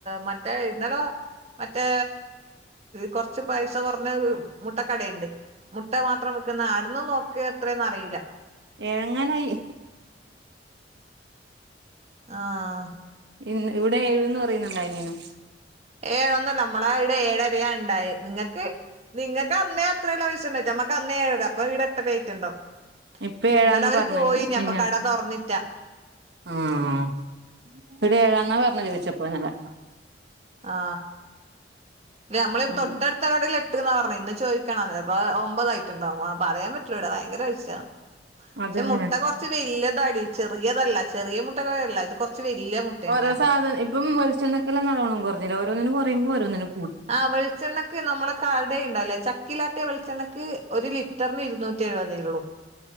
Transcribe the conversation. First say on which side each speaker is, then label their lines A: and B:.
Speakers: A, on the right; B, on the right.
A: മറ്റേ ഇന്നലെ. മറ്റേ കൊറച്ച് പൈസ കുറഞ്ഞ മുട്ടക്കടയുണ്ട്. മുട്ട മാത്രം വിൽക്കുന്ന അടന്നും നോക്കിയ എത്രന്ന അറിയില്ല.
B: എഴങ്ങാനായി.
A: ആഹ.
B: ഇ ഇവിടെ ഏയ് പറയുന്നുണ്ടായിനിയനും.
A: ഏഴൊന്നല്ല നമ്മളെ ഇവിടെ ഏഴരയ ഉണ്ടായ നിങ്ങക്ക്. നിങ്ങൾക്ക് അന്നേ അത്രേല്ല പൈസ ഉണ്ടറ്റ നമ്മക്ക് അന്നേ ഏഴര അപ്പൊ ഇവിടെ എട്ട ഡേറ്റ് ഉണ്ടാവും.
B: ഇപ്പ ഏഴാന്ന്
A: ഇ ന്നല വര്
B: പറഞ്ഞന്നെ
A: പോയിന്
B: മിഞ്ഞാ
A: അപ്പൊ കട തുറന്നിറ്റാ
B: ആഹ് ഒരു ഏഴാന്നാ പറഞ്ഞത് ചോയിച്ചപ്പോ ഇന്നലെ
A: ആ നമ്മള
B: ഉം
A: തൊട്ടടു കാർഡിൽ എട്ട്ന്ന് ന്ന പറഞ്ഞഞ് ഇന്ന് ചോദിക്കണത് ഒമ്പതായിട്ടുണ്ടാവും പറയാൻ പറ്റൂലട ഭയങ്കര പൈസ യാണ്.
B: അതന്നെ
A: ക്ഷെ മുട്ട കുറച്ച് വലിയത അടി ചെറിയതല്ല ചെറിയ മുട്ടല്ല ഇത് കൊറച്ച് വല്യ മുട്ട. തന്നെയാണ്
B: ഓരോ സാധന ഇപ്പം വെളിചെണ്ണ കെ ലാം നല്ലോണം കുറഞ്ഞില്ല ഓരോന്നിന് കൊറിബം ഓരോനിന്
A: ആഹ് വെളിച്ചെണ്ണ. നമ്മളെ കട ഉണ്ടല്ലേ ചക്കിലാട്ടെ വെളിച്ചെണക്ക് ഒരു ലിറ്ററിന് ഇരുന്നൂറ്റി എഴുപതേ ഉള്ളൂ.